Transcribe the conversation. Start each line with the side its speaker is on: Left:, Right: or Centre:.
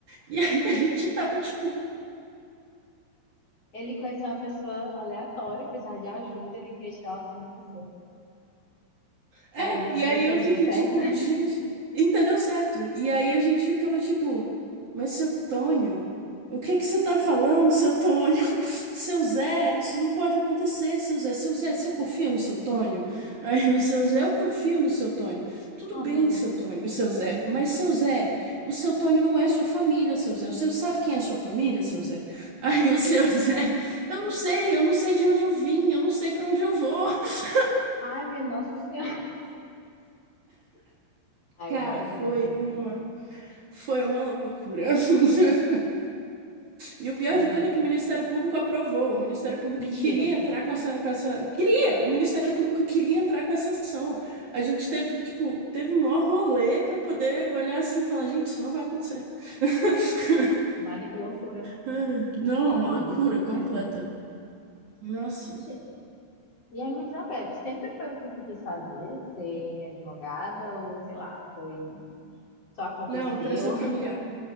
Right: E aí
Left: Então,
Right: a gente
Left: tipo,
Right: tava, tipo,
Left: ele conheceu uma pessoa aleatória que precisava de ajuda, ele queria tirar o auxílio da pessoa.
Right: É,
Left: É isso,
Right: e
Left: eu
Right: aí
Left: entendi
Right: eu fiquei
Left: certo.
Right: tipo, gente, entendeu certo? E aí a gente ficava tipo, mas seu Tônio, o que que você tá falando, seu Tônio? <laughs> Seu Zé, isso não pode acontecer, seu Zé. Seu Zé, se eu confio no seu Tônio? Aí o seu Zé, eu confio no seu Tônio. Tudo
Left: Oh,
Right: bem,
Left: meu Deus.
Right: seu Tônio, seu Zé, mas seu Zé, o seu Tônio não é sua família, seu Zé. O seu sabe quem é sua família, seu Zé? <laughs> Aí o seu <laughs> Zé, eu não sei, eu não sei de onde eu vim, eu não sei pra onde eu vou. <laughs>
Left: Ai, minha Nossa Senhora. <laughs> Ai,
Right: Cara,
Left: eu imagino,
Right: foi
Left: viu?
Right: uma Foi uma loucura. <laughs> E o pior
Left: Pois
Right: de
Left: é.
Right: tudo é que o Ministério Público aprovou. O Ministério Público
Left: Mentira.
Right: queria entrar com essa, com essa, queria. O Ministério Público queria entrar com essa ação. A gente teve, tipo, teve mó rolê para poder olhar assim e falar, gente, isso não vai acontecer. <laughs>
Left: Olha que loucura.
Right: Ai, Não, é uma
Left: É um
Right: loucura
Left: absurdo
Right: completa.
Left: mesmo.
Right: Nossa.
Left: Ge- E aí me diz uma coisa, sempre foi o que tu quis fazer? Ser advogada ou, sei lá, foi... Só aconteceu?
Right: Não, pressão familiar.